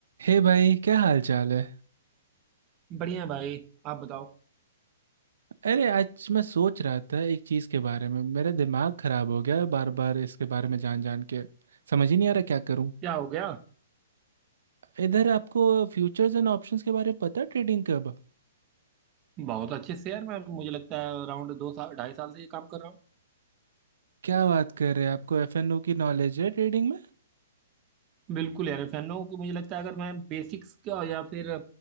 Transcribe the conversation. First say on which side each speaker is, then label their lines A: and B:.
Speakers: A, on the right (about 80°); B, on the right (about 20°).
A: हे भाई क्या हाल चाल है
B: बढ़िया है भाई आप बताओ
A: अरे आज मैं सोच रहा था एक चीज़ के बारे में मेरा दिमाग खराब हो गया है बार बार इसके बारे में जान जान के समझ ही नहीं आ रहा क्या करूं
B: क्या हो गया
A: इधर आपको फ्यूचर्स एंड ऑप्शंस के बारे में पता है ट्रेडिंग कब
B: बहुत अच्छे से यार मैं मुझे लगता है अराउंड दो साल ढाई साल से ये काम कर रहा हूँ
A: क्या बात कर रहे हैं आपको एफएनओ की नॉलेज है ट्रेडिंग में
B: बिल्कुल यार फैन हूँ कि मुझे लगता है अगर मैं बेसिक्स का या फिर